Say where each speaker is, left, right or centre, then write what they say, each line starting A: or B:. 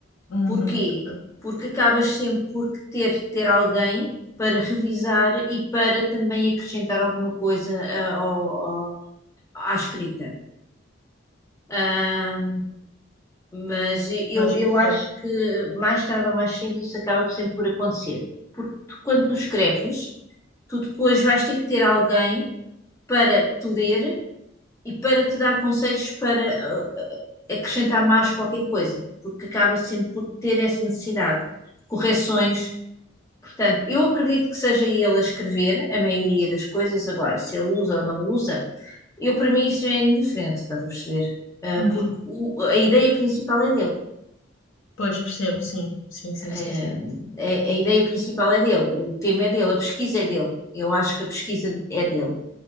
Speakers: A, on the left (about 80°); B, on the left (about 15°).
A: uhum,
B: Porquê?
A: ok.
B: Porque acabas sempre por ter, ter alguém para revisar e para também acrescentar alguma coisa ah, ao- ao- à escrita. Ah, mas eu,
A: Pois,
B: eu
A: percebo.
B: acho que mais tarde ou mais cedo isso acaba sempre por acontecer. Porque tu, quando tu escreves, tu depois vais ter que ter alguém para te ler e para te dar conselhos para ah, acrescentar mais qualquer coisa, porque acaba sempre por ter essa necessidade. Correções, Portanto, eu acredito que seja ele a escrever a maioria das coisas, agora, se ele usa ou não usa, eu para mim isso é indiferente, estás a perceber? Ah,
A: Uhum.
B: porque o- a ideia principal é dele.
A: Pois percebo, sim. Sim, sim,
B: Ah,
A: sim, sim.
B: a, a ideia principal é dele, o tema é dele, a pesquisa é dele. Eu acho que a pesquisa é dele.